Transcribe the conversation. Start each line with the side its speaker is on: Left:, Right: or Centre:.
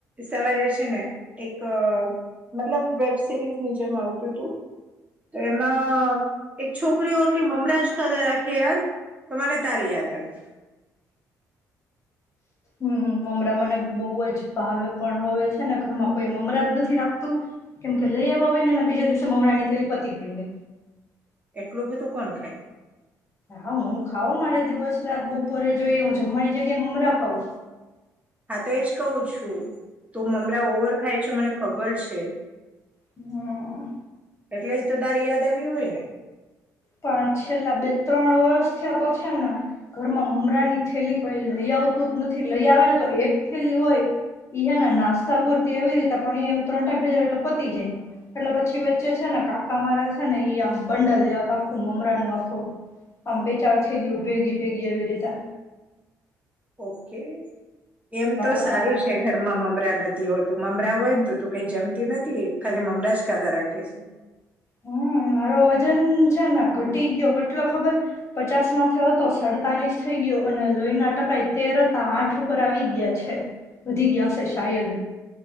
Right: સવારે છે ને એક મતલબ વેબ સિરીઝની જેમ આવતું હતું તો એમાં એક છોકરી ઓનલી મમરાજ ખાધા રાખે યાર તો મને તારી યાદ આવી
Left: હમ મમરા મને બહુ જ ભાવે પણ હવે છે ને ઘરમાં કોઈ મમરા જ નથી રાખતું કેમ કે લઈ આવવા હોય ને ને બીજા દિવસે મમરાની તેરી પતી ગય હોય
Right: એટલું બધું કોણ ખાય
Left: હા હું ખાાવ મારે દિવસ રાત બપોરે જોઈ હું જમવાની જગ્યાએ મમરા ખઉં
Right: તેજ કહું છું તો મમરા ઓવર ખાઈ મને ખબર છે
Left: હમ
Right: એટલે જ તો દાર યાદ આવ્યું હોય ને
Left: પણ છેલ્લા બે ત્રણ વર્ષ થયા તો છે ને ઘરમાં ઉમરા ની થેલી કોઈ લઈ આવતું જ નથી લઈ આવે ને તો એક થેલી હોય ઈ હે ને નાસ્તા પૂરતી એવી રીતે પણ એ હું ત્રણ ટાઈમ ખે જ એટલે પતી જાય એટલે પછી વચ્ચે છે ને કાકા મારા છે ને આમ બંડલ લે આવતા. મમરા ન આખો આમ બે ચાર છેલીઓ ભેગી ભેગી એ રીતા
Right: ઓકે એમ તો
Left: પતાવી
Right: સારું
Left: નાખતી
Right: છે ઘરમાં મમરા નથી હોતું મમરા હોય ને તો તું કઈ જમતી નથી ખાલી મમરા જ ખાધા રાખે છે
Left: હમ મારો વજન છે ને ઘટી ગયો કેટલો ખબર પચાસ માંથી હતો સડતાલીસ થઈ ગયો અને લોહી ના ટકાઈ તેર હતા આઠ ઉપર આવી ગયા છે વધી ગયા છે શાયદ